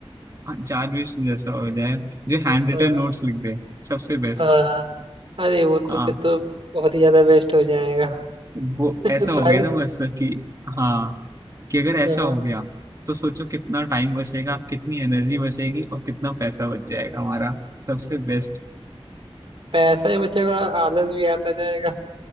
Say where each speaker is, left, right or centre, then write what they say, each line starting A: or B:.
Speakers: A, on the right; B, on the right.
A: चार्विश जैसा हो जाए जो हैंड
B: आ,
A: रिटन नोट्स लिख दे सबसे बेस्ट
B: आ, अरे वो तो
A: हाँ
B: फिर तो बहुत ही ज्यादा वेस्ट हो जाएगा
A: वो
B: <laughs>
A: ऐसा हो
B: सारे
A: गया ना बस कि हाँ कि अगर ऐसा
B: हाँ
A: हो गया तो सोचो कितना टाइम बचेगा कितनी एनर्जी बचेगी और कितना पैसा बच जाएगा हमारा सबसे बेस्ट
B: पैसा ही बचेगा आलस भी आता जाएगा